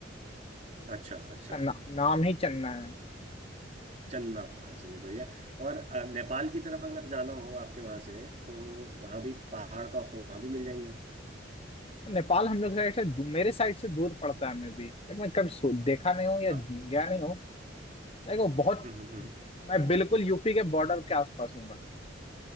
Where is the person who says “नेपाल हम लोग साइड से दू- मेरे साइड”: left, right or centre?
Left